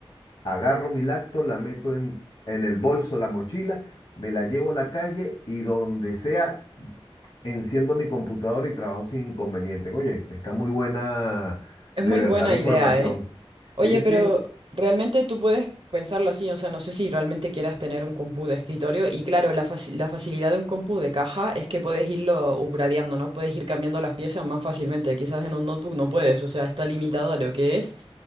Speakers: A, on the left; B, on the right.
A: agarro mi lacto, la meto en, en el bolso, la mochila, me la llevo a la calle y donde sea, enciendo mi computadora y trabajo sin inconveniente. Oye, está muy buena
B: es
A: de
B: muy
A: verdad
B: buena
A: la
B: idea,
A: información.
B: ¿eh? Oye,
A: Sí, sí,
B: pero realmente tú puedes pensarlo así, o sea, no sé si realmente quieras tener un compu de escritorio y claro, la, faci- la facilidad de un compu de caja es que puedes irlo upgradeando, ¿no? Puedes ir cambiando las piezas más fácilmente, quizás en un notebook no puedes, o sea, está limitado a lo que es